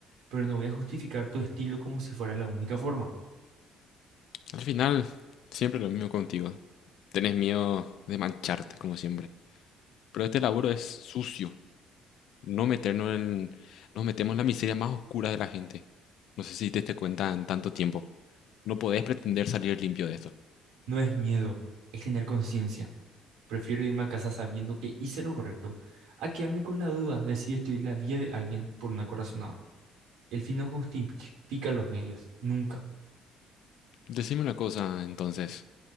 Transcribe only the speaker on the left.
Al final, siempre lo mismo contigo. Tenés miedo de mancharte, como siempre. Pero este laburo es sucio. No meternos en... Nos metemos en la miseria más oscura de la gente. No sé si te diste cuenta en tanto tiempo. No podés pretender salir limpio de esto.
Decime una cosa, entonces.